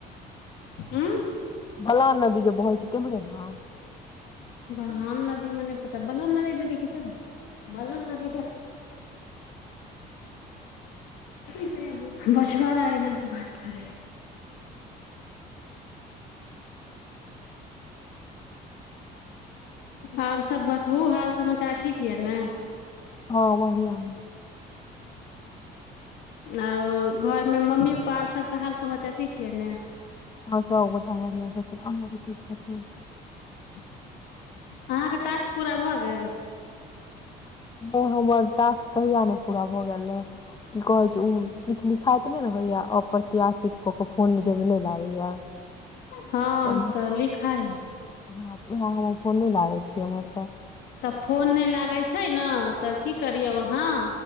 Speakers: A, on the left (about 85°); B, on the left (about 25°).
A: उं
B: बलान नदि ज बहै छै तेम्हरे ने
A: बलान नदी हम नहि पता बलान नदी दीदी किधर है बलान नदी इधर बछवारा इधर के बात कर आओर सब बतबू हाल समाचार ठीक यऽ ने
B: हँ बढियां अय
A: आओर घरमे मम्मी पप्पा सभके हाल समाचार ठीक यए ने
B: हँ सब गोटि बढियां छथिन अहां सब ठीक छथिन
A: अहाँके टास्क पूरा भऽ गेल
B: नहि हमर टास्क कहिया ने पूरा भए गेल रहे की कहे छै ओ किछु लिखाइत नहि रहैया अप्रत्याशित कऽ के फोन जैमे नहि लागैया
A: हँ
B: तैमे
A: तऽ लिखाइ ह
B: हँ उएह हमर फोन नहि लागै छी हमर
A: तऽ फोन नहि लागै छै ने तऽ की करियौ अहाँ